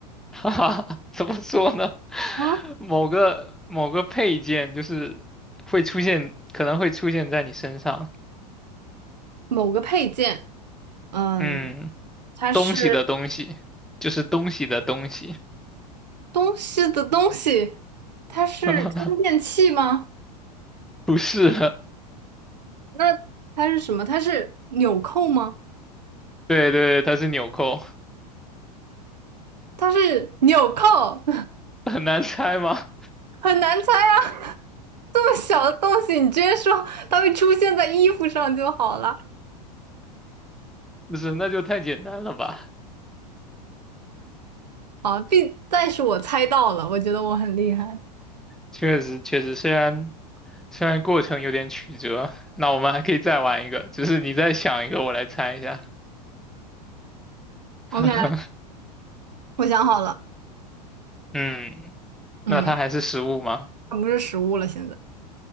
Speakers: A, in the centre; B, on the right.
A: <laughs> 哈哈，怎么说呢？<laughs>
B: 啊，
A: 某个某个配件就是会出现，可能会出现在你身上。
B: 某个配件，嗯，
A: 嗯，
B: 它是。
A: 东西的东西，就是东西的东西。
B: 东西的东西，它是充电器吗？
A: <laughs> 不是，
B: 那它是什么？它是纽扣吗？
A: 对对对，它是纽扣，
B: 它是纽扣，
A: 很难猜吗？<laughs>
B: <laughs> 很难猜啊！<laughs> 这么小的东西，你直接说它会出现在衣服上就好了。
A: 不是，那就太简单了吧？
B: 好，必，但是我猜到了，我觉得我很厉害。
A: 确实确实，虽然。虽然过程有点曲折，那我们还可以再玩一个，只是你再想一个，我来猜一下。<laughs>
B: OK，我想好了，
A: 嗯，
B: 嗯，
A: 那它还是食物吗？
B: 它不是食物了，现在，